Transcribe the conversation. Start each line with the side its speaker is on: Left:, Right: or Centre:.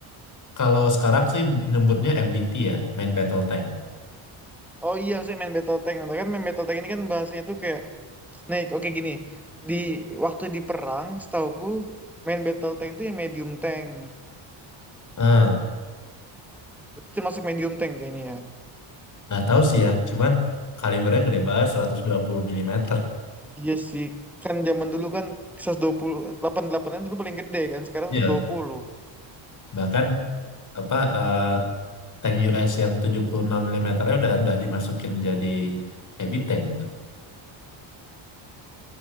Left: kalau sekarang sih nyebutnya MBT ya, main battle tank.
Centre: Oh iya, saya main battle tank. Nah, kan main battle tank ini kan bahasanya tuh kayak Snake. Oke gini, di waktu di perang, setauku main battle tank tuh yang medium tank.
Left: Ah,
Centre: Berarti termasuk medium tank kayaknya ya.
Left: nggak tahu sih ya, cuman kalibernya gede banget seratus dua puluh milimeter
Centre: Iya sih, kan zaman dulu kan seratus dua puluh delapan an dulu paling gede kan, sekarang
Left: <laughs>
Centre: seratus
Left: Ya,
Centre: dua puluh
Left: bahkan apa eh, tank US yang 76 mm-nya udah udah dimasukin jadi heavy tank gitu.